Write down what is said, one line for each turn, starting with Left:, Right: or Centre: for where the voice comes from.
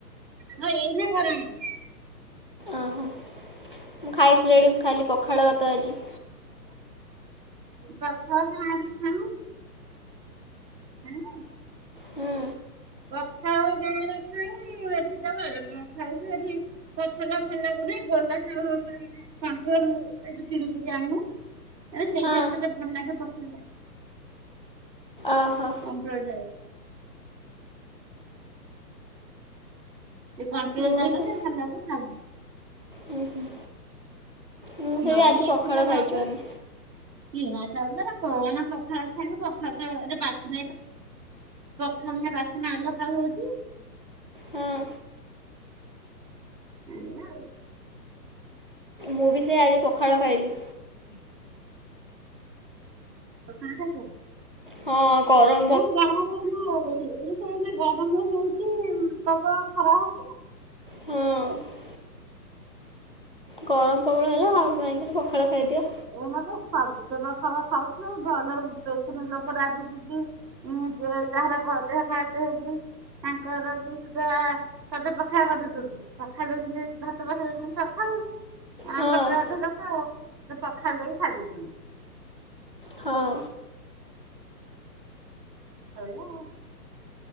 Right: ହଁ ଏଇନା ଘରେ ଅଛି
Left: ଓହୋ ମୁଁ ଖାଇସିଲିଣି ଖାଇଲି ପଖାଳ ଭାତ ଆଜି।
Right: ପ୍ରଥମ ଯାଁରେ <inaudible> କଣ
Left: ହୁଁ
Right: ପଖାଳ ଗାଁରେ କ ଏଠି ତା ଘର କଣ ଖାଉଛ ଏଠି। କଲା ଭଲ ଲାଗୁନ ଗଲାଉଙ୍କ କିଣୁ ଜ ଆଣିବୁ। ହେ ସେଇ
Left: ହଁ
Right: ଟାଇମ ରେ ଯଦି ଭଲ ଲାଗେ ପକେଇ ଦେବୀ
Left: ଅହୋ।
Right: କମ୍ପ ଯାଏ ସେ <unintelligible>
Left: ମୁଁ ବି ସେ
Right: ଭଲରେ ଥାଉ।
Left: ହୁଁ ହୁଁ। ମୁଁ
Right: <unintelligible>
Left: ସେ ବି ଆଜି ପଖାଳ ଖାଇଛୁ ଆମେ
Right: କିଣା ଚାଉଳ କଣ ପଖାଳ ଖାଇବ ପଖାଳ ଟା ବାସ ପ୍ରଥନେ ବାସନା ଆଲ ଖା ହଉଚଛି।
Left: ହଁ
Right: ଆଣିବା ଆଉ
Left: ମୁଁ ବି ସେଇଆ ଆଜି ପଖାଳ ଖାଇଲି।
Right: ହ। ପଖାଳ ଖାଇଛ
Left: ହଁ କରମ।
Right: ହଁ ଗାଁରେ ନା ଏଇନା ଏଇଟି ସବୁ ଆଇନ ଗରମ ହଉଛି ପ୍ରବଳ ଖରା ହଉଛି।
Left: ହଁ ଗରମ ପବଳ ହେଲା ଆଉ ପଖାଳ ଖାଇଦିଅ।
Right: ଏମ ତ ସବୁ ତ ପଖାଳ ଖାଉଚୁ ଆଉ ଘରେସିନ ଲୋକ ରାଜି ଯିବି। ହଁ ଯେ ଯହାର ଖଦ ଖାଇଟ ହେଜି। ତାଙ୍କର ବି ସୁଧା ସଦପଖା କରିଦୁଛନ୍ତି। ସକାଳୁ ଦଉି ଭାତ ବସା ଦଛନ୍ତି ସକାଳୁ। ଆଁ
Left: ହଁ
Right: ପଟେ ଅଧା ଲୋକ ପଖା ଦେଇ ଖାଇଦଉଛନ୍ତି।
Left: ହଁ।
Right: ହଉ।